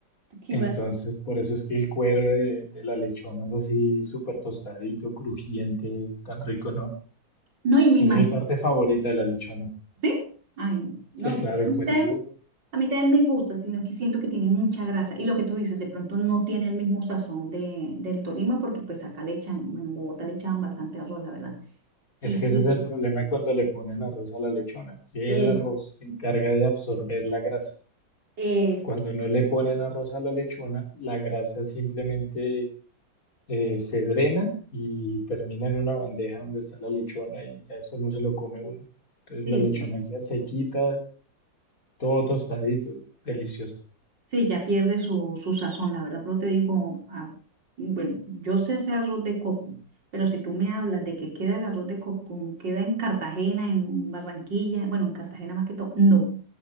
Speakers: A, on the right (about 70°); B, on the left (about 50°).
A: Qué
B: entonces
A: mal.
B: por eso es que el cuero de, de la lechona es así súper tostadito, crujiente, tan rico, ¿no?
A: No, y me
B: Es
A: imagino
B: mi parte favorita de la lechona.
A: ¿Sí? Ay, no,
B: Sí,
A: yo-
B: claro, el
A: a mí
B: cuerito
A: también, a mí también me gusta, sino que siento que tiene mucha grasa. Y lo que tú dices, de pronto no tiene el mismo sazón de, del Tolima, porque pues acá le echan, bueno, en Bogotá le echaban bastante arroz, la verdad.
B: Es
A: Y sí,
B: que ese es el problema de cuando le ponen arroz a la lechona, que
A: es,
B: el arroz se encarga de absorber la grasa.
A: es,
B: Cuando no le ponen arroz a la lechona, la grasa simplemente eh, se drena y termina en una bandeja donde está la lechona y ya eso no se lo come uno. Entonces
A: sí,
B: la lechona
A: sí,
B: queda sequita, todo tostadito, delicioso.
A: sí, ya pierde su, su sazón, la verdad. Pero te digo, ah, bueno, yo sé hacer arroz de coco, pero si tú me hablas de que queda el arroz de coco, como queda en Cartagena, en Barranquilla, bueno, en Cartagena más que todo, no.